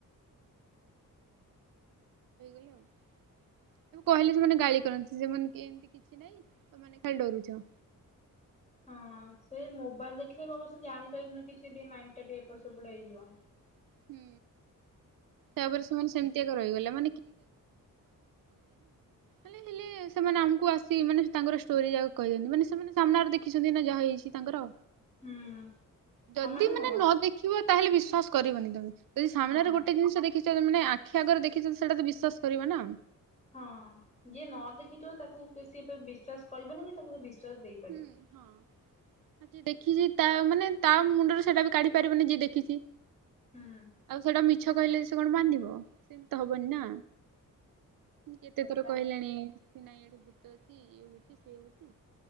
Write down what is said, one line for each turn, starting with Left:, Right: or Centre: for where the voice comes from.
Right: <unintelligible> <unintelligible> ବୁ କହିଲେ ସେମାନେ ଗାଳି କରନ୍ତି ସେମାନେ କିଏ ଏମିତି କିଛି ନାଇଁ ତମାନେେ ଖାଲି ଡରୁଚ।
Left: ହଁ ସେ ମୋବାଇଲ ଦେଖିଲେ ବି ଅବଶ୍ୟ ଜାଣିପାରିବୁନି କିଛି ଟିକ ମାଇଣ୍ଡ ଟା ଟିକେ ଏପଟ ସେପଟ ହେଇଯିବ।
Right: ହୁଁ ତାପରେ ସେମାନେ ସେମେ <unintelligible> ହେଲେ ହେଲେ ସେମାନେ ଆମକୁ ଆସି ମାନେ ତାଙ୍କର ଷ୍ଟୋରି ଯା କହିଛନ୍ତି ମାନେ ସେମାନେ ସାମ୍ନାରେ ଦେଖିଛନ୍ତି ନା ଯାହା ହେଇଛି ତାଙ୍କର।
Left: ହୁଁ
Right: ଯଦି
Left: ହଁ
Right: ମାନେ
Left: ହଁ
Right: ନ ଦେଖିବ ତାହେଲେ ବିଶ୍ଵାସ କରିବନି ତମେ। ଯଦି ସାମ୍ନାରେ
Left: ହଁ
Right: ଗୋଟେ ଜିନିଷ ଦେଖିଚ ମାନେ ଆଖି ଆଗରେ ଦେଖିଚ ତ ସେଟା ତ ବିଶ୍ୱାସ କରିବା ନା।
Left: ହଁ ଯିଏ ନ ଦେଖିଥିବ ତାକୁ ସିଏ ବିଶ୍ଵାସ କରିବନି କି ତାକୁ ତ ବିଶ୍ୱାସ ଦେଇ
Right: ହୁଁ ହଁ। ଯିଏ ଦେଖିଚି ତା ମାନେ ତା ମୁଣ୍ଡରେ ସେଇଟା ବି କାଢି ପାରିବନି ଯିଏ ଦେଖିଚି।
Left: ହୁଁ
Right: ଆଉ ସେଇଟା ମିଛ କହିଲେ ସେ କଣ ମନିବ ସେମିତି ତ ହବନି
Left: ହଁ
Right: ନା। କେତେ ଥର
Left: ତା
Right: କହିଲେଣି ନାଇଁ ଏଠି ଭୂତ ଅଛି ଇଏ ହୋଉଚି ସିଏ ହୋଉଚି